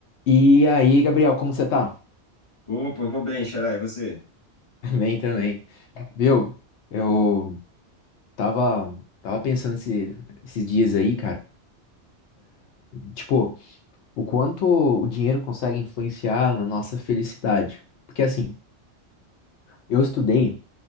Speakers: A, on the left; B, on the left.
A: E aí, Gabriel, como você tá?
B: Opa, vou bem, Xará, e você?
A: <laughs> Bem também. Viu? Eu tava, tava pensando esse- esses dias aí, cara. Tipo, o quanto o dinheiro consegue influenciar na nossa felicidade. Porque assim, eu estudei